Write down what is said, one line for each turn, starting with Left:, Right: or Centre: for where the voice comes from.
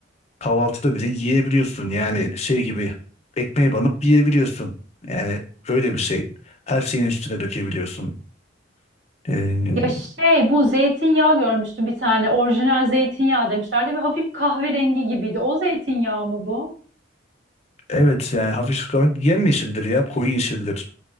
Left: kahvaltıda bile yiyebiliyorsun. Yani şey gibi ekmeğe banıp yiyebiliyorsun. Yani öyle bir şey. Her şeyin üstüne dökebiliyorsun. Ee,
Right: Ya şey bu zeytinyağı görmüştüm bir tane. Orijinal zeytinyağı demişlerdi ve hafif kahverengi gibiydi. O zeytinyağı mı bu?
Left: evet yani hafif yemyeşildir ya koyu yeşildir.